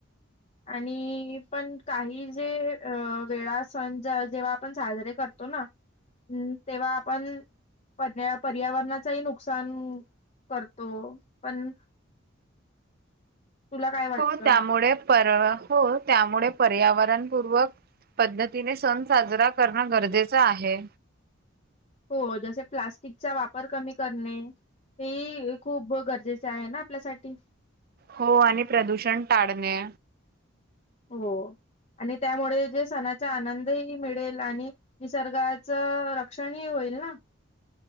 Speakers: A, on the left; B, on the right.
A: आणि पण काही जे अ वेळा सण जेव्हा आपण साजरे करतो करतो ना, तेव्हा आपण पर्या पर्यावरणाचाही नुकसान करतो, पण तुला काय वाटतं?
B: हो त्यामुळे पर हो, त्यामुळे पर्यावरणपूर्वक पद्धतीने, सण साजरा करणं गरजेचं आहे.
A: हो, जसे प्लास्टिकचा वापर कमी करणे. हे खूप गरजेचे आहे ना, आपल्यासाठी
B: हो आणि प्रदूषण टाळणे.
A: हो. आणि त्यामुळे जे सणाचा आनंदही मिळेल आणि निसर्गाच रक्षणही- होईल ना?